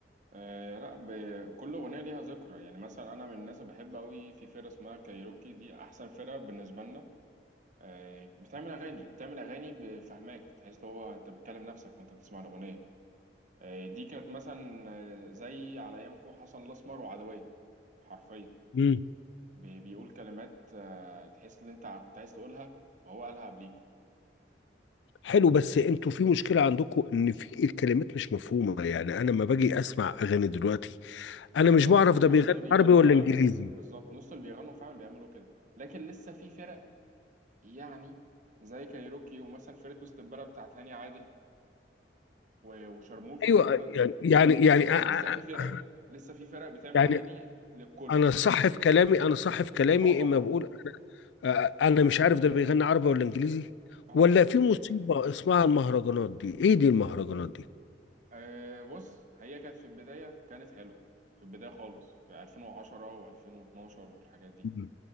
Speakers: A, on the right; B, on the left.
A: آه لا ب- كل اغنيه ليها ذكرى يعني مثلا انا من الناس اللي بحب قوي في فرقه اسمها كايروكي دي احسن فرقه بالنسبه لنا آه بتعمل اغاني بتعمل اغاني بفهماك تحس اللي هو انت بتكلم نفسك وانت بتسمع الاغنيه آه دي كانت مثلا آه، زي على ايامكم حسن الاسمر وعدويه حرفيا
B: مم.
A: بي- بيقول كلمات آه، تحس ان انت كنت عايز تقولها وهو قالها قبليك
B: حلو بس انتوا في مشكلة عندكم ان في الكلمات مش مفهومة يعني انا لما باجي اسمع اغاني دلوقتي انا
A: نص
B: مش بعرف
A: النص
B: ده بيغني
A: اللي بيغنوا
B: عربي ولا
A: فعلا
B: انجليزي
A: بالظبط نص اللي بيغنوا فعلا بيعملوا كده لكن لسه في فرق يعني زي كايروكي ومثلا فرقة وسط البلد بتاعت هاني عادل و- وشارموفيز
B: ايوه
A: مثلا
B: يعني يعني
A: دول
B: يعني
A: في
B: أ-
A: لسه
B: أ-
A: في
B: أ-
A: فرق لسه في فرق بتعمل
B: يعني
A: اغاني للكل
B: انا صح في كلامي انا صح في كلامي
A: اه طبعا
B: اما بقول أ- انا مش عارف ده بيغني عربي ولا انجليزي
A: اه
B: ولا
A: ده
B: في
A: حقيقي
B: مصيبة اسمها المهرجانات دي ايه دي المهرجانات دي
A: آه بص هي كانت في البداية كانت حلوة في البداية خالص في 2010 و2012 والحاجات دي
B: مم.